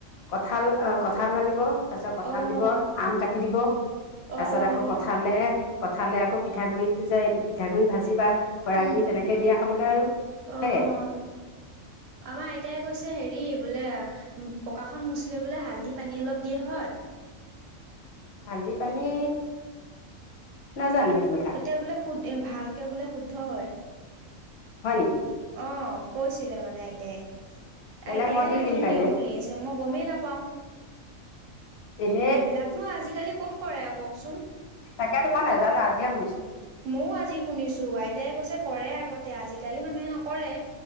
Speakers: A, on the left; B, on the right.
A: কঁঠাল কঁঠাল ফালিব তাৰপিছত কঁঠাল
B: অঁ
A: দিব আম কাটি দিব
B: অঁ
A: তাৰ চত আকৌ কঠালে কঠালে আকৌ পিঠাগুড়িটো যে পিঠাগুড়ি ভাজি বা ঘৰাই
B: উম
A: গুৰি তেনেকে দিয়া খাবলৈ আৰু
B: অঁ
A: হে
B: আমাৰ আইতাই কৈছে হেৰি বোলে পকাখন মুচি লৈ বলৈ হালধি পানী অলপ দিয়ে হয়?
A: হালধি পানী নাজানো সেইটো কথা
B: তেতিয়া বোলে শু ভালকে বোলে শুদ্ধ হয়
A: হয় নেকি
B: অ কৈছিলে মানে আইতাই
A: তেনে
B: আইতাইহে
A: মই দি
B: নতুন
A: দিম কাইলৈ
B: নিয়ম উলিয়াইছে মই গমেই নাপাওঁ
A: এনেই
B: সেইবিলাকনো আজিকালি কত কৰে আৰু কওকচোন
A: তাকে তোমাৰ নাজানো আজিয়ে শুনিছো
B: ময়ো আজি শুনিছো আইতাই কৈছে কৰে আগতে আজিকালি মানুহে নকৰে